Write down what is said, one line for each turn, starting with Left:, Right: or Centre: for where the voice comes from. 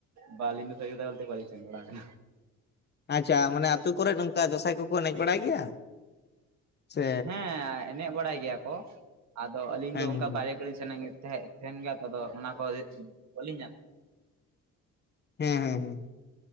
Right: ᱵᱟ ᱟᱞᱤᱱ ᱫᱚ ᱥᱟᱨᱤ ᱠᱟᱛᱷᱟ ᱵᱳᱞᱛᱮ ᱵᱟᱞᱤᱧ ᱥᱮᱱ ᱵᱟᱲᱟ ᱠᱟᱱᱟ᱾
Left: ᱟᱪᱪᱷᱟ, ᱢᱟᱱᱮ ᱟᱹᱛᱩ ᱠᱚᱨᱮᱫ ᱱᱚᱝᱠᱟ ᱫᱟᱸᱥᱟᱭ ᱠᱚᱠᱚ ᱮᱱᱮᱡ ᱵᱟᱲᱟᱭ ᱜᱮᱭᱟ? ᱥᱮ
Right: ᱦᱮᱸ, ᱮᱱᱮᱡ ᱵᱟᱲᱟᱭ ᱜᱮᱭᱟ ᱠᱚ ᱟᱫᱚ ᱟᱹᱞᱤᱧ
Left: ᱦᱮᱸ
Right: ᱫᱚ ᱚᱱᱠᱟ
Left: ᱦᱮᱸ
Right: ᱵᱟᱨᱦᱮ ᱠᱚᱨᱮᱧ ᱥᱮᱱᱮᱱ ᱜᱮ᱾ ᱛᱟᱸᱦᱮ ᱛᱟᱦᱮᱱ ᱜᱮᱭᱟ ᱛᱚ ᱟᱫᱚ ᱚᱱᱟ ᱠᱚ ᱵᱟᱞᱤᱧ ᱧᱟ
Left: ᱦᱮᱸ ᱦᱮᱸ ᱦᱮᱸ